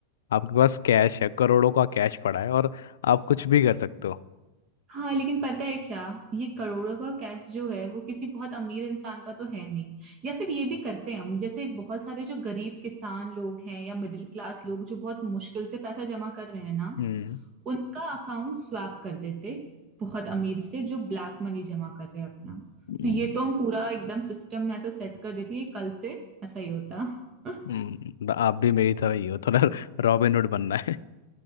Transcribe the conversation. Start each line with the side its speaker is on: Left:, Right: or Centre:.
Left: आपके पास कैश है करोड़ों का कैश पड़ा है और आप कुछ भी कर सकते हो
Right: हाँ लेकिन पता है क्या ये करोड़ों का कैश जो है वो किसी बहुत अमीर इंसान का तो है नहीं या फिर ये भी करते हैं हम जैसे बहुत सारे जो गरीब किसान लोग हैं या मिडिल क्लास लोग जो बहुत मुश्किल से पैसा जमा कर रहे हैं ना
Left: हम्म
Right: उनका अकाउंट स्वैप कर देते बहुत अमीर से जो ब्लैक मनी जमा कर रहे हैं अपना
Left: हम्म,
Right: तो ये तो हम पूरा एकदम सिस्टम में ऐसा सेट कर देते हैं कि कल से ऐसा ही होता <laughs>
Left: हम्म, तो आप भी मेरी तरह ही हो थोड़ा <laughs> रॉबिनहुड बनना है